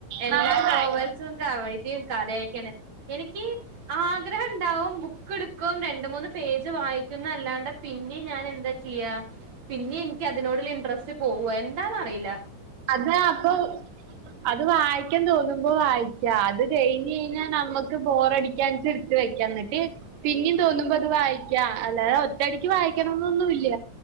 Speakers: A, on the right; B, on the right.
A: എല്ലാ
B: നന്നായി
A: നോവൽസും കവൈതിയും കഥയൊക്കെയാണ് എനിക്ക് ആഗ്രഹം ഉണ്ടാവും ബുക്ക് എടുക്കും രണ്ട മൂന്ന് പേജ് വായിക്കുന്ന അല്ലാണ്ട് പിന്നെ ഞാൻ എന്താ ചെയ്യാ പിന്നെ എനിക്ക് അതിനോടുള്ള ഇൻട്രസ്റ്റ് പോവു എന്താന്ന അറിയില്ല
B: അതിന് അപ്പൊ അത് വായിക്കാൻ തോന്നുമ്പോ വായിക്കാ അത് കഴിഞ ഴിഞ്ഞാൽ നമ്മക്ക് ബോറടി <unintelligible> ടുത്ത് വെക്ക എന്നിട്ട് പിന്നിം തോന്നുമ്പോ അത് വായിക്കാ അല്ലാതെ ഒറ്റടിക്ക് വായിക്കണന്നൊന്നുംല്ല